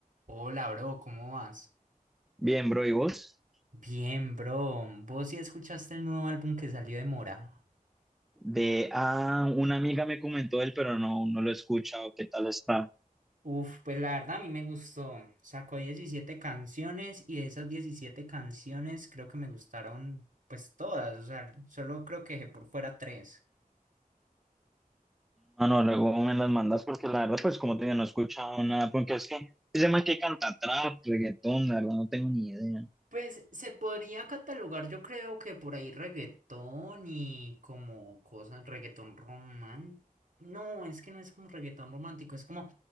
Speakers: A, on the right (about 60°); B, in the centre.
A: Hola, bro, ¿cómo vas?
B: Bien, bro, ¿y vos?
A: Bien, bro. ¿Vos sí escuchaste el nuevo álbum que salió de Mora?
B: De, ah, una amiga me comentó él, pero no, no lo he escuchado. ¿Qué tal está?
A: Uf, pues la verdad a mí me gustó. Sacó 17 canciones y de esas 17 canciones creo que me gustaron pues todas. O sea, solo creo que dejé por fuera tres.
B: Ah, no, luego me las mandas porque la verdad, pues como te digo, no he escuchado nada, porque es que ese man que canta trap, reggaetón, la verdad, no tengo ni idea.
A: Pues se podría catalogar, yo creo que por ahí reggaetón y como cosas, reggaetón romántico. No, es que no es como reggaetón romántico, es como